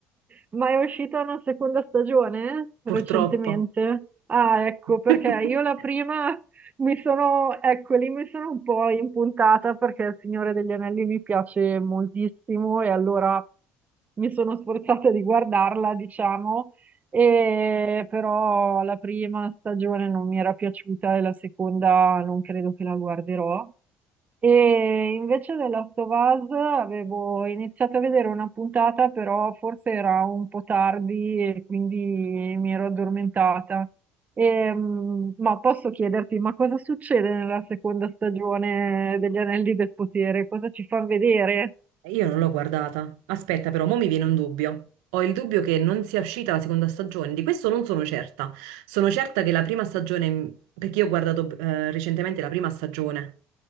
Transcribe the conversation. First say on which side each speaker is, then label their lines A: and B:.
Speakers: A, on the right (about 30°); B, on the right (about 85°).
A: Ma è uscita una seconda stagione recentemente?
B: purtroppo.
A: Ah, ecco, perché
B: <laughs>
A: io la prima mi sono, ecco, lì mi sono un po' impuntata perché Il Signore degli Anelli mi piace moltissimo e allora mi sono sforzata di guardarla, diciamo, e però la prima stagione non mi era piaciuta e la seconda non credo che la guarderò. E invece The Last of Us avevo iniziato a vedere una puntata, però forse era un po' tardi e quindi mi ero addormentata. Ehm, ma posso chiederti, ma cosa succede nella seconda stagione degli Anelli del Potere? Cosa ci fa vedere?
B: Io non l'ho guardata. Aspetta, però, mo mi viene un dubbio. Ho il dubbio che non sia uscita la seconda stagione. Di questo non sono certa. Sono certa che la prima stagione, mm, perché io ho guardato eh, recentemente la prima stagione,